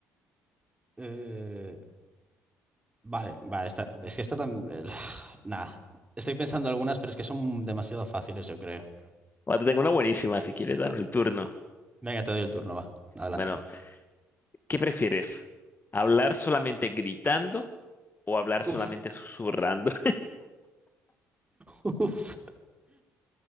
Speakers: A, on the right; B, on the left.
A: Eh, vale, vale, está, es que está tan... <sighs> Nah, estoy pensando algunas, pero es que son demasiado fáciles, yo creo.
B: Bueno, te tengo una buenísima si quieres darme el turno.
A: Venga, te doy el turno, va. Adelante.
B: Bueno, ¿qué prefieres? ¿Hablar solamente gritando o hablar
A: Uf,
B: solamente susurrando?
A: <laughs> uf.